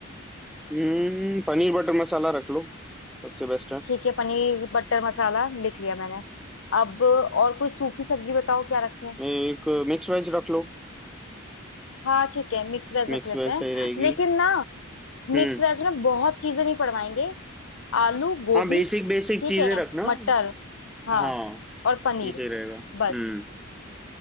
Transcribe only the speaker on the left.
ठीक है पनीर बटर मसाला लिख लिया मैंने अब और कोई सूखी सब्जी बताओ क्या रखा है
हाँ ठीक है मिक्स वेज
रख लेते
हैं
लेकिन ना
मिक्स वेज में बहुत चीजें नहीं पड़वाएंगे आलू गोभी
ठीक
है
मटर हाँ
और पनीर
बस